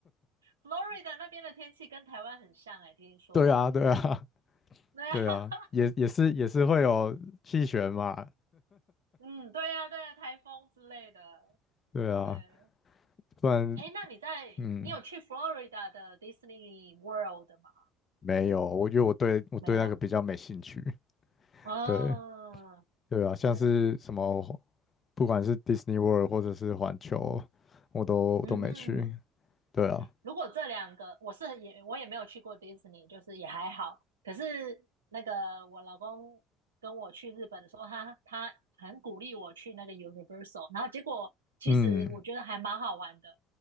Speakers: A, on the right; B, on the left.
A: ，Florida 那边的天气跟台湾很像哎、听说。
B: <laughs> 对啊，对啊，
A: 对啊，
B: 对啊，
A: <laughs>
B: 也也是也是会有气旋嘛，
A: 嗯，对呀、对呀、台风之类的。
B: <laughs> 对啊，
A: 对，
B: 不然
A: 哎，那你在你有去
B: 嗯，
A: Florida 的 Disney World 吗？
B: 没有，我因为我对我对那个比较没兴趣。
A: 没有。
B: <laughs>
A: 哦，
B: 对对啊，像是什么，
A: 对，
B: 不管是 Disney World 或者是环球，我都我都没去。
A: 嗯哼嗯
B: 对啊，
A: 如果这两个，我是也我也没有去过迪士尼，就是也还好。可是那个我老公跟我去日本的时候，他他很鼓励我去那个 Universal，然后结果其实我觉得还蛮好玩的。
B: 嗯。